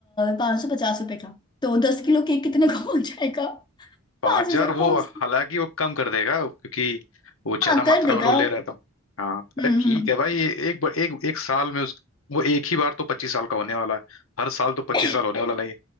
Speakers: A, on the left; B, on the left.
A: पाँच सौ पचास रुपए का तो दस किलो केक कितने का हो जाएगा
B: पाँच
A: पाँच
B: हजार
A: हजार
B: वो
A: पाँच
B: हालांकि
A: सौ
B: वो कम कर देगा क्योंकि वो ज्यादा
A: हाँ
B: मात्रा
A: कर देगा
B: में लोन ले रहा था हाँ अरे
A: हम्म
B: ठीक
A: हम्म
B: है भाई एक बार एक एक साल में उस वो एक ही बार तो पच्चीस साल का होने वाला है हर साल तो
A: <laughs>
B: पच्चीस
A: सही
B: साल होने वाला नहीं है।